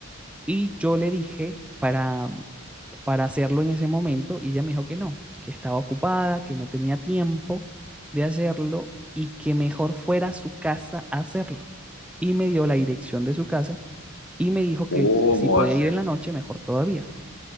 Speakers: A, in the centre; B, on the left.
A: Y yo le dije para, para hacerlo en ese momento y ella me dijo que no, que estaba ocupada, que no tenía tiempo de hacerlo y que mejor fuera a su casa a hacerlo. Y me dio la dirección de su casa y me dijo
B: ¿Cómo
A: que si podía
B: va a ser?
A: ir en la noche, mejor todavía.